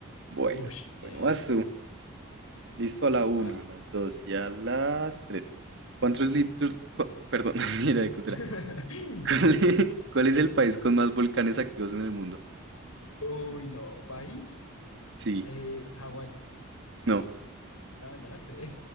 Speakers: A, on the right; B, on the left.
A: Bueno,
B: Ush, bien.
A: bueno, vas tú. Listo a
B: Listo,
A: la una,
B: dale.
A: a las 2 y a las 3. ¿Cuántos litros? cu- Perdón, <laughs> mira de cultura.
B: <laughs>
A: ¿Cuál <laughs> es, cuál es el país con más volcanes activos en el mundo?
B: Uy, no. ¿País?
A: Sí,
B: Eh, Hawái.
A: no.
B: No, yo no sé.